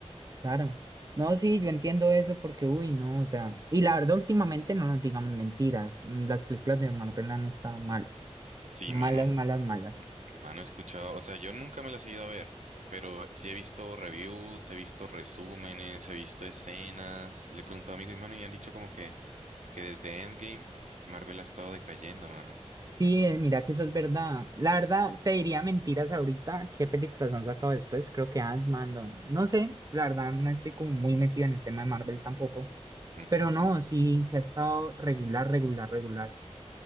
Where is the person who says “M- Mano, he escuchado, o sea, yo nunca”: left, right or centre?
Right